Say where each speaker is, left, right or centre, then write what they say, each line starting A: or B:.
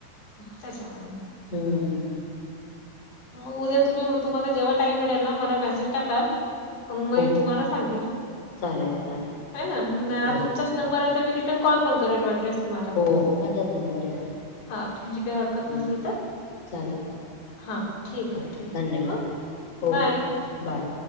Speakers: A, on the left; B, on the left.
A: हा त्याच्यामुडे.
B: हम्म.
A: मग उद्या तुम्हीग तुम्हाला जेव्हा टाईम मिडेल ना मला मेसेज टाकाल. मग
B: हो
A: तुम्हाला सांगेल
B: चालेल चालेल
A: ह ना नाही
B: हो
A: ह तुमचाच नंबर आहे मी रिटर्न कॉल पण करेन म्हटलेस तुम्हाला
B: हो माझाच नंबर आहे हा
A: हा तुमची काय हरकत
B: हम्म,
A: नसेल तर
B: चालेल
A: हा ठीक
B: हा,
A: हाय ठीक
B: धन्यवाद
A: ठीऊ
B: हो
A: बाय
B: बाय